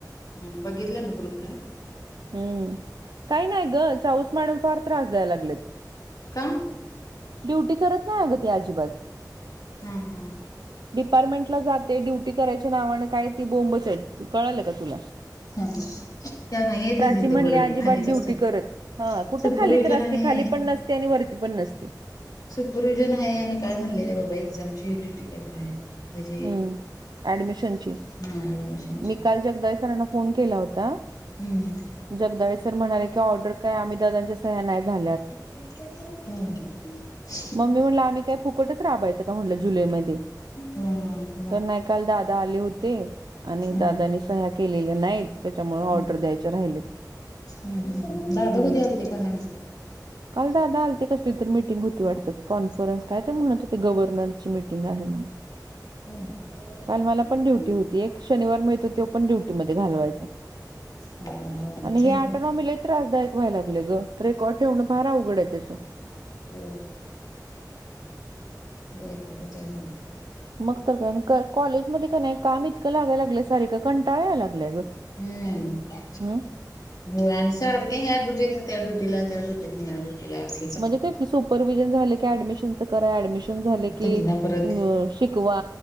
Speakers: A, on the left; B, on the right.
A: हम्म बघितला मी ग्रुप ला
B: हम्म काही नाही ग चाऊस मॅडम फार त्रास द्याय लागलेत
A: का
B: ड्युटी करत नाही अगं ते अजिबात
A: हा हा हा
B: डिपार्टमेंट ला जाते ड्युटी करायच्या नावानं काय ती बोंब च कळालं का तुला
A: हा, हा. त्या नाही येतच
B: प्राची
A: इथं
B: म्हणली
A: वरती
B: अजिबात
A: खालीच
B: ड्युटी
A: असतात
B: करत हा कुठं
A: सुपरवि्हजन
B: खाली तर असते
A: आणि
B: खाली पण नसते आणि वरती पण नसते
A: सुपरविझन आहे आणि काय म्हणलेलं बाबा एक्झामची डुटी काहीतर आहे त्याचे
B: हम्म ऍडमिशनची
A: हा ऍडमिशनचे
B: मी काल जगदाळे सराना फोन केला होता
A: हम्म
B: जगदाळे सर म्हणाले की ऑर्डर काय अमित दादांच्या सह्या नाही झा
A: हम्
B: मग मी म्हणलं आम्ही काय फुकटच राबायचं का म्हटलं जुलैमध्ये
A: हम् हम्
B: तर नाही काल दादा आले होते आणि
A: हम्म
B: दादानी सह्या केलेल्या नाहीत. त्याच्यामुळे ऑर्डर
A: हम्म
B: द्यायचे राहिलेत
A: हम्म दादा
B: हम्म
A: कधी आलते काल आणि
B: काल दादा आलते कसली तर मीटिंग होती वाढत कॉन्फरन्स काय तर म्हणत होते गव्हर्नरची मीटिंग आहे म्हणून.
A: हम्म
B: काल मला पण ड्युटी होती एक शनिवार मिळतो त्यो पण ड्यूटीमध्ये घालवायचा.
A: होय अवघडच
B: आणि हे
A: आहे
B: आटोनॉमी
A: सगळं
B: लय त्रासदायक व्हायला ग रेकॉर्ड ठेवण फारा अवघड आहे त्याच
A: होय वैतागच आहे सगळा
B: मग तर काय अन् कॉलेजमध्ये कनय काम इतकं लागाय लागलं सारिका कंटाळ याय लागलंय ग
A: हम्म
B: हम्
A: होय आणि सारखं ह्या डुटीतन त्या डुटीला त्या डुटीतन या डुटीला अस
B: म्हणजे तेच की सुपरव्हिजन झाले की ऍडमिशनच करा ऍडमिशन झाल की
A: तिथनं परत
B: अ शिकवा